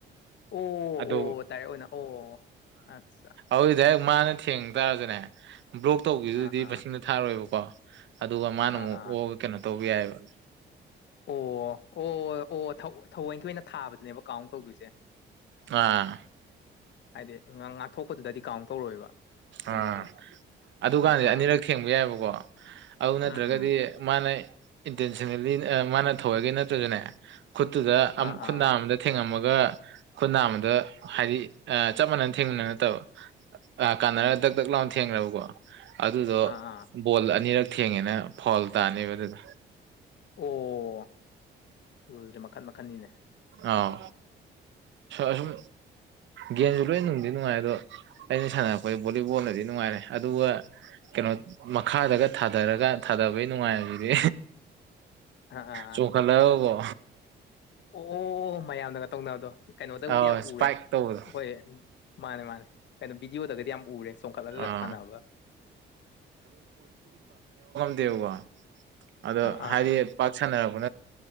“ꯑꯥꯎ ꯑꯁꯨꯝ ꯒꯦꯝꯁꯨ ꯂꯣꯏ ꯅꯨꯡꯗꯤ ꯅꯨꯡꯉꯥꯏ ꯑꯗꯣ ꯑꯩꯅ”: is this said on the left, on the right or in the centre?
Right